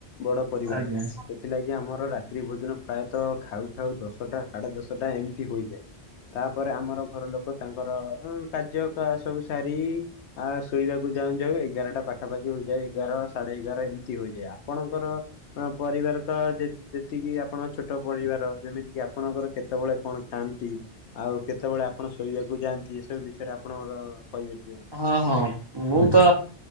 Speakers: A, on the left; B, on the right.
A: ବଡ ପରିବାର
B: ଆଜ୍ଞା।
A: ଏଥିଲାଗି ଆମର ରାତ୍ରି ଭୋଜନ ପ୍ରାୟତଃ ଖାଉ ଖାଉ ଦଶଟା ସାଢେ ଦଶଟା ଏମିତି ହୋଇଯାଏ। ତାପରେ ଆମର ଘର ଲୋକ ତାଙ୍କର ଉଁ କାର୍ଯ୍ୟକଳା ସବୁ ସାରି ଆ ଶୋଇବାକୁ ଯାଉଁ ଯାଉଁ ଏଗାରଟା ପାଖାପାଖି ହୋଇଯାଏ। ଏଗାର ସାଢେ ଏଗାର ଏମିତି ହୋଇଯାଏ ଆପଣଙ୍କର ପରିବାର ତ ଯେ ଯେ ଯ ଏତିକି ଆପଣଙ୍କ ଛୋଟ ପରିବାର ଯେମିତି କିି ଆପଣଙ୍କର କେତବେଳେ କଣ ଖାଆନ୍ତି ଆଉ କେତବେଳେ ଆପଣ ଶୋଇବାକୁ ଯାଆନ୍ତି ଏସବୁ ବିଷୟରେ ଆପଣଙ୍କର କହିବେ ଟିକେ ମତେ।
B: ହଁ ହଁ ମୁଁ ତ